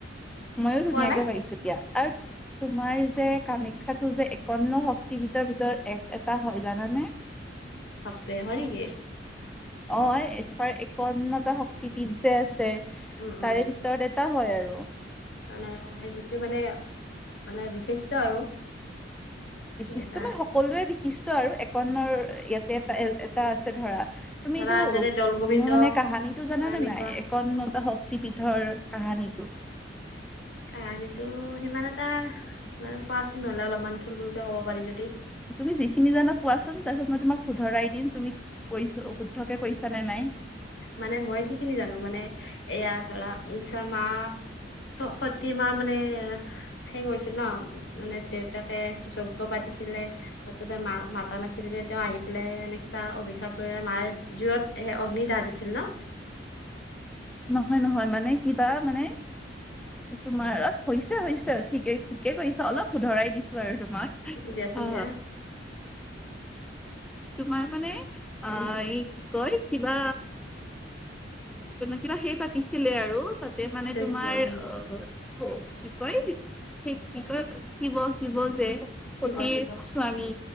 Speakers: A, in the centre; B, on the left.
A: ময়ো ধুনীয়াকে
B: পোৱা নাই
A: পাইছো দিয়া। আৰু তোমাৰ যে কামা খ্যাটো যে একাৱন্ন শক্তিপীঠৰ ভিতৰত এক এটা হয় জানানে?
B: বাপৰে হয় নেকি?
A: অ এই তোমাৰ একাৱন্নতা শক্তিপীঠ যে আছে।
B: উম
A: তাৰে
B: উম।
A: ভিতৰত এটা হয় আৰু
B: মানে যিটো মানে মানে বিশিষ্ট আৰু।
A: বিশিষ্ট
B: এটা
A: মানে সকলোৱে বিশিষ্ট আৰু একাৱন্নৰ ইয়াতে এটা এ এটা আছে ধৰা। তুমিতো
B: ধৰা যেনে
A: উ
B: দৌল গোবিন্দ
A: মোৰ মানে কাহানীটো জানানে
B: বা এনেকুৱা
A: নাই একাৱন্নতাৰ শক্ত ক্তি পীঠৰ কাহানীটো?
B: কাহানীটো সিমান এটা বাৰু কোৱাচোন নহলে অলপমান থুল মুলকে ক'ব পাৰি যদি।
A: তুমি যিখিনি জানা কোৱাচোন তাৰপিছত মই তোমাক শুধৰাই দিম তুমি কৈছ শুদ্ধকে কৈছা নে নাই।
B: মানে মই কি খিনি জানো মানে এয়া ধৰা মাঁ সতী মাঁ মানে হেৰি কৰিছিল ন মানে দেউতাকে যজ্ঞ পাতিছিলে মা মাতা নাছিল যে তেওঁ আহি পেলাই এনে কিবা অভিশাপ লৈ মাই জুইত অগ্নি দাহ দিছি ল নহ।
A: নহয় নহয় মানে কিবা মানে তোমাৰ হৈ হৈছে ঠিকে ঠিকে কৈছা। অলপ শুধৰাই দিছোঁ। আৰু তোমাক।
B: দিয়াচোন
A: অ
B: দিয়া
A: তোমাৰ মানে অ এই কি কয় কিবা কিবা সেই পাতিছিলে আৰু তাতে মানে
B: যজ্ঞ
A: তোমাৰ
B: উম
A: অ কি কয় সেই কি কয় শিৱ শিৱ যে সতীৰ
B: শিৱ শিৱক
A: স্বামী